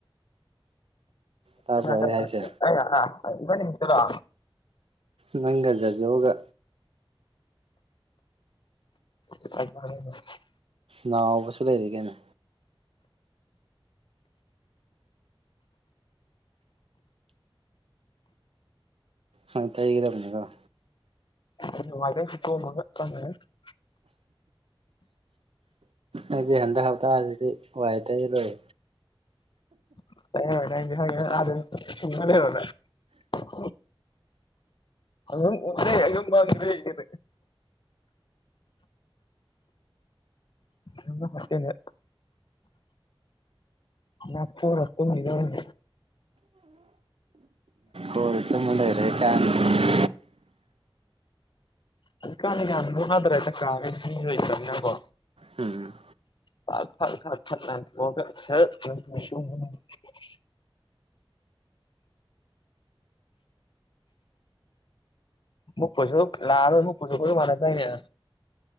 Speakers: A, on the right; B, on the left.
A: ꯇꯥꯕ꯭ꯔꯣ
B: ꯀꯥꯅꯥ
A: ꯑꯩ
B: ꯀꯥꯅꯥ
A: ꯍꯥꯏꯁꯦ
B: <unintelligible> ꯅꯣ ꯍꯥ ꯏꯕꯥꯅꯤ ꯈꯛꯇꯔꯣ
A: ꯅꯪꯒ ꯖꯥꯖꯣꯒ
B: <unintelligible>
A: ꯅꯥꯎꯕꯁꯨ ꯂꯩꯔꯤꯒꯩꯅꯣ ꯑ ꯇꯩꯒꯔꯕꯅꯤꯗ
B: ꯃꯦꯁꯨꯦ <inaudible>
A: ꯑꯩꯗꯤ ꯍꯟꯗꯛ ꯍꯞꯇꯥꯁꯤꯗꯤ ꯋꯥꯏ ꯇꯩꯔꯣꯏ
B: ꯍꯃꯗ <inaudible> ꯑꯉꯉ ꯀꯅꯤ <inaudible> ꯌꯥꯝ ꯍꯥꯅꯦ ꯅ ꯄꯣ ꯔ ꯇꯨꯝꯒꯤꯗꯧꯔꯦ
A: ꯣ <inaudible> ꯔꯔꯦꯀꯥꯟ <inaudible>
B: ꯍꯧꯖꯤꯛꯀꯥꯟꯗꯤ ꯀꯌꯥ ꯃꯨꯛꯅꯗ꯭ꯔꯦ ꯇ ꯀꯥꯒꯩ ꯃꯤꯖꯨ ꯂꯩꯇꯔꯅꯤꯉꯒꯣ
A: ꯎꯝ
B: ꯐ ꯐ ꯐꯔ ꯐꯠ <inaudible> ꯃꯨꯛ ꯄꯩꯖꯨ ꯂꯥꯑꯔꯣꯏ ꯃꯨꯛꯄꯖꯨ ꯈꯣꯏꯒ ꯃꯥꯟꯅꯥꯗꯥꯏꯅꯦ